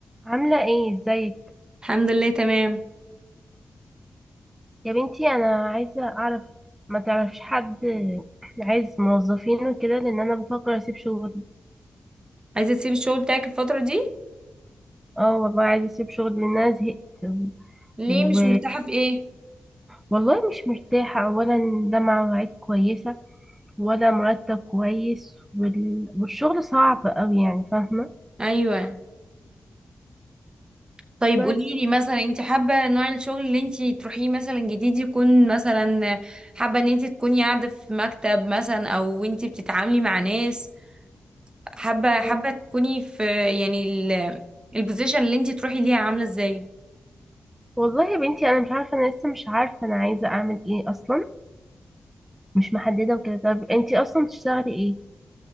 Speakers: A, in the centre; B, on the right.
A: عاملة ايه ازيك
B: الحمد لله تمام
A: يا بنتي انا عايزة اعرف ما تعرفش حد عايز موظفين وكده لان انا بفكر اسيب شغل
B: عايزة تسيبي الشغل بتاعك الفترة دي
A: اه والله عايزة اسيب شغل لان انا زهقت
B: ليه
A: و...
B: مش مرتاحة في ايه
A: والله مش مرتاحة اولا ده مع مواعيد كويسة ولا مرتب كويس وال... والشغل صعب اوي يعني فاهمة
B: ايوه طيب
A: بس
B: قوليلي مثلا انت حابة نوع الشغل اللي انت تروحيه مثلا جديد يكون مثلا حابة ان انت تكوني قاعدة في مكتب مثلا او انت بتتعاملي مع ناس حابة حابة
A: و-
B: تكوني في يعني ال- البوزيشن اللي انت تروحي ليها عاملة ازاي
A: والله يا بنتي انا مش عارفة انا لسه مش عارفة انا عايزة اعمل ايه اصلا مش محددة وكده طب انتي اصلا بتشتغلي ايه